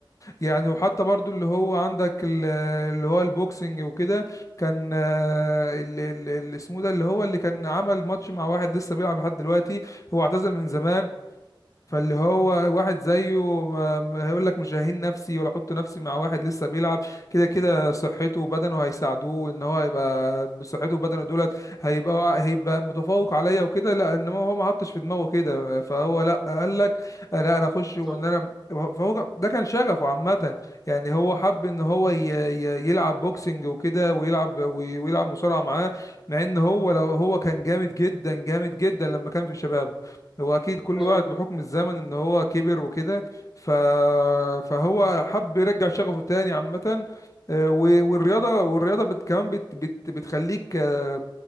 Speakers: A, on the left (about 40°); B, in the centre.
A: يعني وحتى برضو اللي هو عندك ال- اللي هو البوكسنج وكده كان آه، ال- ال- اللي اسمه ده اللي هو اللي كان عمل ماتش مع واحد لسه بيلعب لحد دلوقتي هو اعتزل من زمان فاللي هو واحد زيه ما- ما هيقول لك مش ههين نفسي ولا احط نفسي مع واحد لسه بيلعب كده كده صحته وبدنه هيساعدوه ان هو يبقى بصحته وبدنه دولت هيبقى هيبقى متفوق عليا وكده لا انما هو ما حطش في دماغه كده فهو لا قال لك لا انا اخش
B: اه بالظبط
A: ومن انا فهو كان- ده كان شغفه عامة يعني هو حب ان هو ي- ي- يلعب بوكسنج وكده ويلعب وي- ويلعب مصارعة معاه مع ان هو لو هو كان جامد جدا جامد جدا لما كان في شبابه هو اكيد كل
B: ايوه
A: واحد بحكم الزمن ان هو كبر وكده ف... فهو حب يرجع شغفه تاني عامة آه، و- والرياضة والرياضة بت... كمان بت... بت... بتخليك آه،